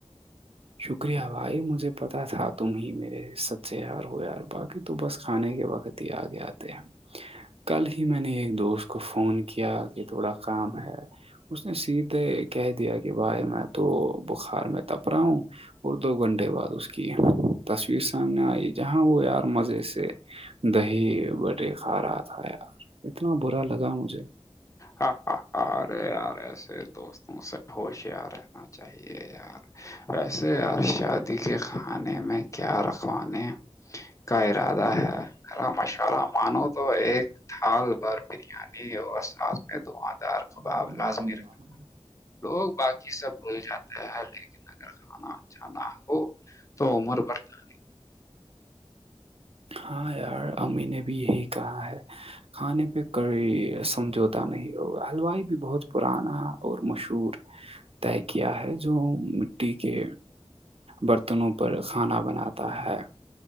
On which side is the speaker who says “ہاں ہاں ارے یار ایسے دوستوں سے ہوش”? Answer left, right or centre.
Left